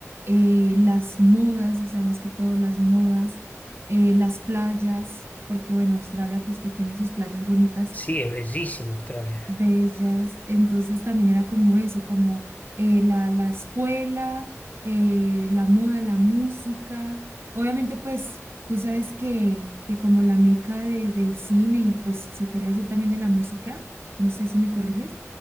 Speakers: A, on the right; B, on the left.
A: eh, las modas, o sea, más que todo las modas, eh, las playas, porque bueno, Australia pues que tiene sus playas bonitas,
B: Sí, es bellísimo Australia.
A: bellas, entonces también era como eso, como eh, la, la escuela, eh, la moda, la música, obviamente pues tú sabes que, que como la meca de- del cine y pues se podría decir también de la música, no sé si me corriges